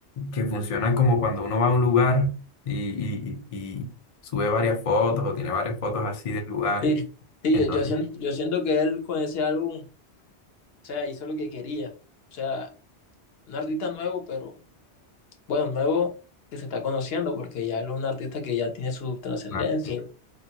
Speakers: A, on the left (about 45°); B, on the left (about 65°).
A: que funcionan como cuando uno va a un lugar y, y- y sube varias fotos o tiene varias fotos así de lugares.
B: sí, sí,
A: Entonces,
B: yo, yo siento, yo siento que él con ese álbum, o sea, hizo lo que quería. O sea, un artista nuevo, pero bueno, nuevo que se está conociendo, porque ya él es un artista que ya tiene su trascendencia.
A: claro.